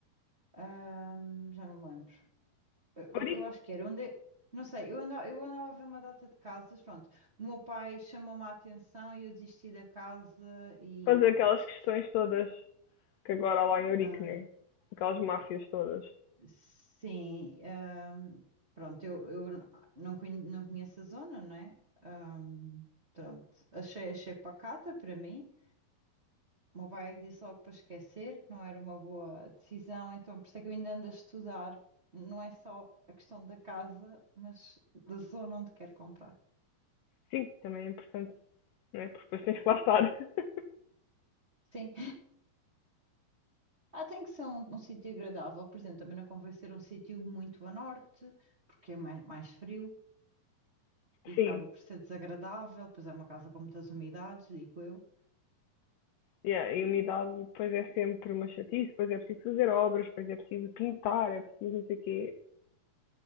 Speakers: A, on the right; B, on the left.
A: ahm, já não me lembro. Eu, eu-
B: Ourique,
A: eu acho que era onde. Não sei, eu andava, eu andava a ver uma data de casas, pronto. O meu pai chamou-me a atenção e eu desisti da casa e
B: fazer
A: pronto.
B: aquelas questões todas que agora há lá em Ourique,
A: Ah,
B: né? Aquelas máfias todas.
A: Sim, ahm, pronto, eu, eu não, conhe- não conheço a zona, não é? Ahm, pronto, achei, achei pacata para mim. O meu pai é que disse logo para esquecer, que não era uma boa decisão, então por isso é que eu ainda ando a estudar. Não é só a questão da casa, mas da zona onde quero comprar.
B: Sim, também é importante, né? Porque depois tens que lá estar. <laughs>
A: Sim, <laughs> ah, tem que ser um, um sítio agradável, por exemplo, também não convém ser um sítio muito a norte, porque é mais, mais frio e acaba
B: Sim,
A: por ser desagradável, pois é uma casa com muitas umidades, digo eu.
B: yeah, e a umidade depois é sempre uma chatice, depois é preciso fazer obras, depois é preciso pintar, é preciso não sei o quê.